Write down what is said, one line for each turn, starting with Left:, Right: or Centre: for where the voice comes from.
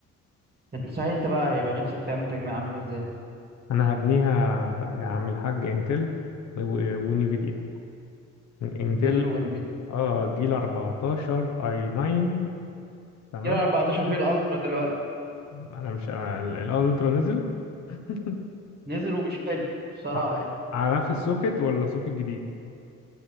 Right: انت صحيح انت بقى هيبقى نفسك تعمل تجميع عاملة ازاي
Left: انا هبنيها يا عم الحاج انتل و- و- ونيفيديا انتل
Right: انتل وانفيديا
Left: اه جيل 14 اي 9 تمام
Right: كده 14 في الالترا دلوقتي
Left: انا مش ال- الالترا نزل <laughs>
Right: نزل ومش حلو بصراحة
Left: ع-
Right: يعني.
Left: على نفس السوكت ولا سوكت جديد